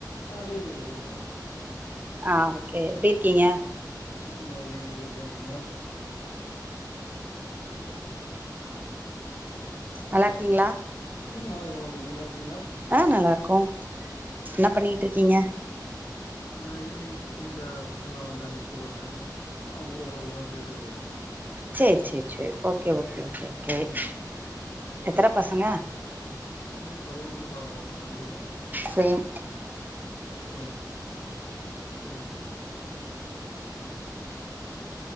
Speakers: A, on the left (about 65°); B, on the right (about 25°).
A: ஆ கேக்கு கேக்கு சொல்லுங்க
B: ஆ ஓகே எப்டி இருக்கீங்க
A: ம் நல்லாருக்கே நீங்க எப்டி இருக்கீங் நல்லாருக்கீங்களா
B: நல்லாருக்கீங்களா
A: ம் நல்லாருக்கே நல்லாருக்கே நீங்க நல்லாருக்கீங்களா
B: ஆ நல்லாருக்கோ என்ன பண்ணிட்ருக்கீங்க
A: ம் ஈவினிங் வீட்ல பசங்கெல்லா வந்ட்டாங்க ஸ்கூல்லருந்து அவங்க கூட அப்டியே உட்காந்து பேசிட்டு இருக்றோ
B: sir sir sir okay okay கெ கே
A: ம்
B: <inaudible> க்கற பசங்க
A: ம் பையே ஒண்ணு பாப்ப ஒண்ண உங்களுக்கு
B: சேம்
A: செம் செரி செரி செரி